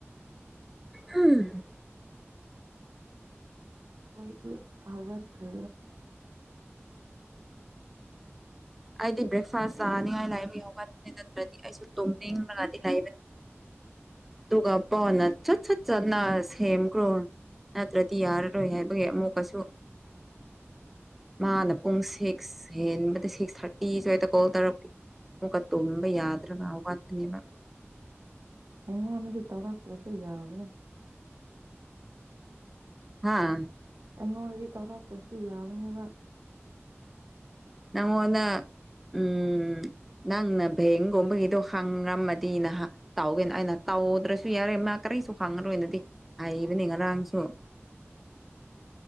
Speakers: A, in the centre; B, on the right.
A: ꯎꯝ ꯎꯝ
B: ꯍꯣꯏ ꯍꯧꯒꯇ꯭ꯔꯤ ꯎꯝ
A: ꯑꯩꯗꯤ ꯕ꯭ꯔꯦꯛꯐꯥꯁ ꯆꯥꯅꯤꯡꯉꯥꯏ ꯂꯩꯕꯒꯤꯍꯧꯒꯠꯄꯅꯤ ꯅꯠꯇ꯭ꯔꯗꯤ ꯑꯩꯁꯨ ꯇꯨꯝꯅꯤꯡꯕꯅꯗꯤ ꯂꯩꯔꯦ ꯑꯗꯨꯒ ꯀꯣꯟꯅ ꯁꯠ ꯁꯠ ꯆꯠꯅꯔꯁꯤꯒꯨꯝ ꯅꯠꯇ꯭ꯔꯗꯤ ꯌꯥꯔꯔꯣꯏ ꯍꯥꯏꯕꯒꯤ ꯑꯃꯨꯛꯀꯁꯨ ꯃꯥꯅ ꯄꯨꯡ ꯁꯤꯛꯁ ꯍꯦꯟꯕꯗ ꯁꯤꯛꯁ ꯊꯥꯔꯇꯤ ꯁ꯭ꯋꯥꯏꯗ ꯀꯣꯜ ꯇꯧꯔꯛꯀꯦ ꯑꯃꯨꯛꯀ ꯇꯨꯝꯕ ꯌꯥꯗ꯭ꯔꯒ ꯋꯥꯠꯄꯅꯦꯕ
B: ꯏ ꯑꯣꯟꯅꯇꯔꯥꯛꯇꯔꯁꯨ ꯌꯥꯕꯅ
A: ꯍꯥꯥ
B: ꯑꯩꯉꯣꯟꯗꯗꯤ ꯆꯥꯎꯧꯔꯥꯛꯇ꯭ꯔꯁꯨ ꯌꯥꯕꯅꯦꯕ
A: ꯅꯪꯉꯣꯟꯅ ꯎꯝ ꯅꯪꯅ ꯚꯦꯡꯒꯨꯝꯕꯒꯤꯗꯣ ꯍꯪꯔꯝꯃꯗꯤ ꯅꯍ ꯇꯥꯎꯒꯦꯅ ꯑꯩꯅ ꯇꯥꯎꯗ꯭ꯔꯁꯨ ꯌꯥꯔꯦ ꯃꯥ ꯀꯔꯤꯁꯨ ꯈꯥꯡꯉꯔꯣꯏꯅꯣꯗꯤ ꯍꯥꯏꯔꯤꯕꯅꯤ ꯉꯔꯥꯡꯁꯨ